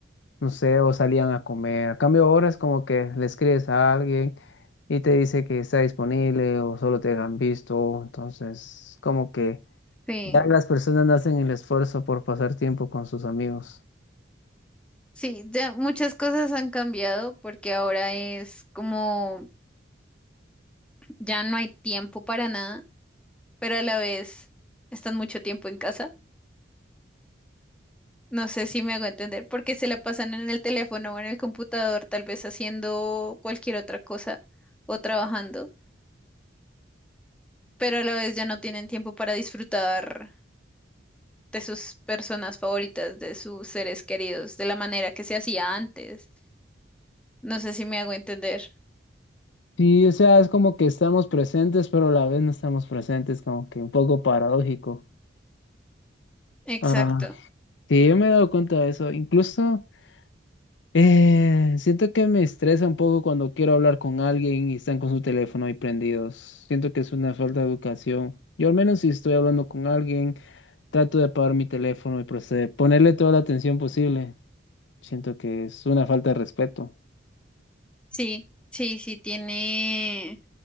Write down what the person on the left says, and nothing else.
no sé, o salían a comer. A cambio ahora es como que le escribes a alguien y te dice que está disponible o solo te han visto. Entonces, como que
ya las personas no hacen el esfuerzo por pasar tiempo con sus amigos.
Sí, o sea, es como que estamos presentes, pero a la vez no estamos presentes, como que un poco paradójico.
Ah, sí, yo me he dado cuenta de eso. Incluso Eh, siento que me estresa un poco cuando quiero hablar con alguien y están con su teléfono ahí prendidos. Siento que es una falta de educación. Yo al menos si estoy hablando con alguien, trato de apagar mi teléfono y proceder, ponerle toda la atención posible. Siento que es una falta de respeto.